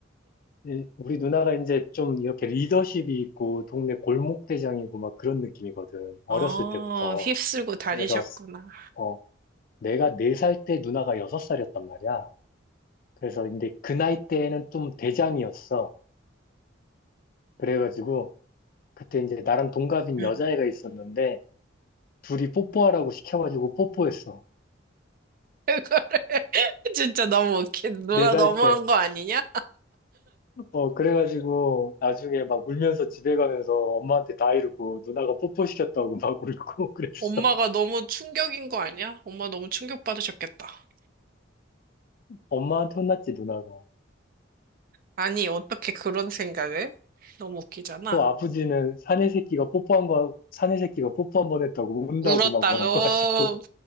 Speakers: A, on the left; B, on the right.
A: 예, 우리 누나가 이제 좀 이렇게 리더십이 있고 동네 골목대장이고 막 그런 느낌이거든. 어렸을
B: 어,
A: 때부터.
B: 휩쓸고 다니셨구나.
A: 그래서 어, 내가 네 살 때 누나가 여섯 살이었단 말이야. 그래서 근데 그 나이 때에는 좀 대장이었어. 그래가지고 그때 이제 나랑 동갑인
B: 그
A: 여자애가 있었는데 둘이 뽀뽀하라고 시켜가지고 뽀뽀했어.
B: <laughs> 진짜 너무 웃긴. 누나
A: 네 살
B: 너무한
A: 때.
B: 거 아니냐?
A: 어, 그래가지고 나중에 막 울면서 집에 가면서 엄마한테 다 이러고 누나가 뽀뽀시켰다고 막 울고 <laughs> 그랬어.
B: 엄마가 너무 충격인 거 아니야? 엄마 너무 충격받으셨겠다.
A: 엄마한테 혼났지, 누나가.
B: 아니, 어떻게 그런 생각을? 너무 웃기잖아.
A: 또 아버지는 사내 새끼가 뽀뽀한 거, 사내 새끼가 뽀뽀 한 번 했다고 운다고
B: 울었다고.
A: 막 뭐라고 <laughs> 하시고.